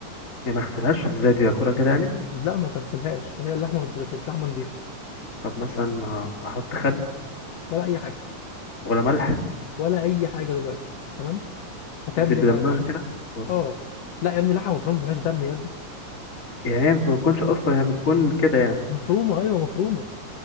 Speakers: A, on the left (about 25°); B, on the left (about 65°).
A: يعني ما اغسلهاش ازاي دي اكلها كده يعني
B: لا ما تغسلهاش هي اللحمه ما بتتغسلش لحمه نظيفه
A: طب مثلا ما احط خل
B: ولا اي حاجه
A: ولا ملح
B: ولا اي حاجه دلوقتي تمام هتعمل
A: بتبقى
B: ايه بقى
A: دمها
B: يا باشا
A: كده خلاص.
B: اه لا يا ابني لحمه مفرومه ما فيهاش دم يا ابني
A: يعني هي ما بتكونش اصلا يعني بتكون كده يعني
B: مفرومه ايوه مفرومه